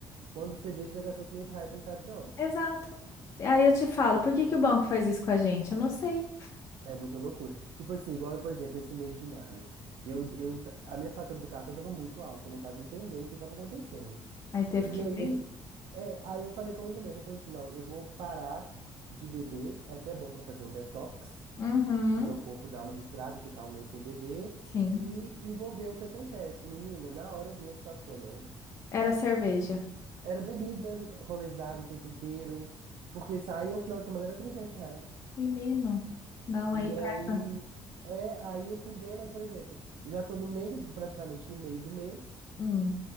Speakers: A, on the right; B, on the left.
A: quando você vê, você já gastou 500 reais, você não sabe de
B: <laughs>
A: onde.
B: Exato. E Aí eu te falo, por que que o banco faz isso com a gente? Eu não sei.
A: É muita loucura. Tipo assim, igual, por exemplo, esse mês de maio. Eu, eu, ta- a minha fatura do cartão tava muito alta. Eu não tava entendendo o que tava acontecendo.
B: Aí teve
A: E
B: que
A: aí,
B: ver.
A: é, aí eu falei comigo mesmo. Eu falei assim, não, eu vou parar de beber. É até bom pra fazer um detox.
B: Uhum,
A: pro meu corpo dar uma respirada, ficar um mês sem beber
B: sim.
A: e, e vou ver o que acontece. Menina, na hora eu vi onde estava o problema.
B: Era cerveja.
A: Era bebida, rolezado o tempo inteiro, porque saía o final de semana era 300 reais.
B: Menino. Não,
A: E
B: aí pesa.
A: aí, é, aí eu fui vendo, aí, por exemplo, já tô no meio, praticamente no meio do mês,
B: Hum,